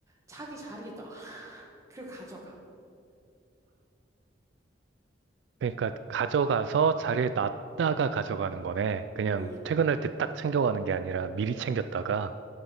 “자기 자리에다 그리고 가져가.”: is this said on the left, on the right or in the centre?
Right